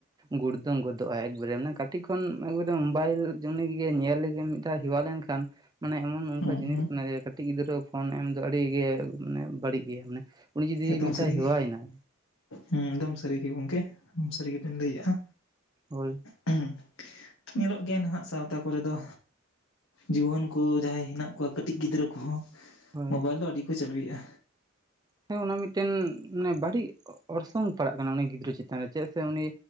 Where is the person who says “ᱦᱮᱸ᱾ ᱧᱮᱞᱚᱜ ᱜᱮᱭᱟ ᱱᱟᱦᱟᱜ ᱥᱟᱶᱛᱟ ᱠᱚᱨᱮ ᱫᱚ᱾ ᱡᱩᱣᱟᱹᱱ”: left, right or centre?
Left